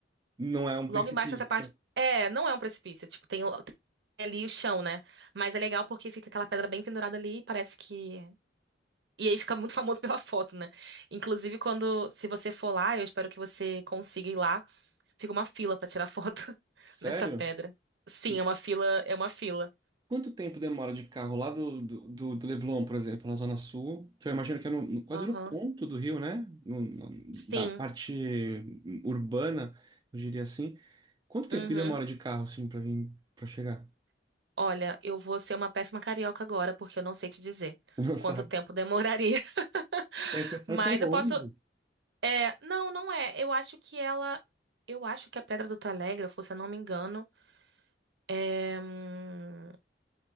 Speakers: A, on the right; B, on the right.
A: não é um
B: logo
A: precipício.
B: embaixo dessa parte, é, não é um precipício, tipo, tem, lo- tem ali o chão, né? Mas é legal porque fica aquela pedra bem pendurada ali e parece que e aí fica muito famoso <laughs> pela foto, né? Inclusive, quando, se você for lá, eu espero que você consiga ir lá. Fica uma fila pra tirar foto <laughs>
A: Sério?
B: nessa pedra. Sim,
A: E,
B: é uma fila, é uma fila.
A: Quanto tempo demora de carro lá do, do, do- do Leblon, por exemplo, na Zona Sul? Que eu imagino que é no- no- quase
B: Aham.
A: no ponto do Rio, né? No- no-
B: Sim.
A: da parte urbana, eu diria assim. Quanto tempo
B: Uhum.
A: que demora de carro, assim, pra vir, para chegar?
B: Olha, eu vou ser uma péssima carioca agora, porque eu não sei te dizer
A: <laughs> Não sabe?
B: quanto tempo demoraria. <laughs>
A: A impressão
B: Mas
A: é que é longe.
B: eu posso. É, não, não é. Eu acho que ela. Eu acho que a Pedra do Telégrafo, se eu não me engano, é. hum,